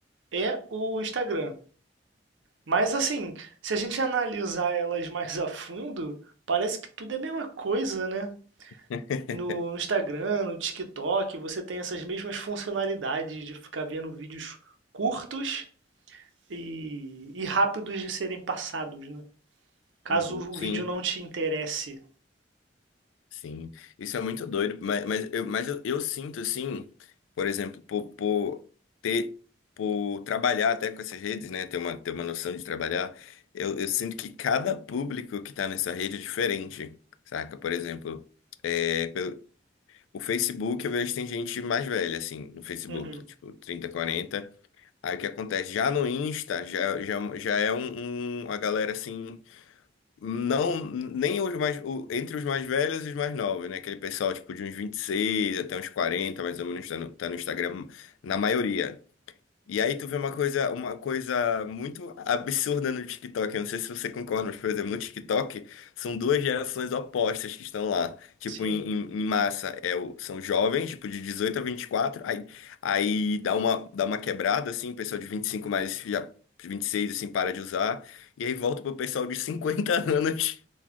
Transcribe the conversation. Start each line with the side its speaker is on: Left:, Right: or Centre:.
Right: é o Instagram. Mas assim, se a gente analisar elas mais a fundo, parece que tudo é a mesma coisa, né?
Left: <laughs>
Right: No Instagram, no TikTok, você tem essas mesmas funcionalidades de ficar vendo vídeos curtos e, e rápidos de serem passados, né? Caso
Left: Uhum.
Right: o
Left: Sim.
Right: vídeo não te interesse.
Left: Sim, isso é muito doido, mas, mas, eu, mas eu, eu sinto assim, por exemplo, por, por ter, por trabalhar até com essas redes, né, ter uma, ter uma noção de trabalhar, eu, eu sinto que cada público que tá nessa rede é diferente, saca? Por exemplo, é, pelo- o Facebook eu vejo que tem gente mais velha, assim, no Facebook,
Right: Uhum,
Left: tipo 30 40 aí o que acontece? Já no Insta, já, já, já é um, um- uma galera assim não, nem os mais, o- entre os mais velhos e os mais novos, né? Aquele pessoal, tipo, de uns 26 até uns 40 mais ou menos, tá no, tá no Instagram, na maioria. E aí tu vê uma coisa, uma coisa muito absurda no TikTok. Eu não sei se você concorda, mas, por exemplo, no TikTok são duas gerações opostas que estão lá, tipo,
Right: sim,
Left: em, em- em massa. É, o- são jovens, tipo, de 18 a 24, aí, aí dá uma, dá uma quebrada, assim, pessoal de 25 mais já 26, assim, para de usar. E aí volta pro pessoal de 50 <laughs> anos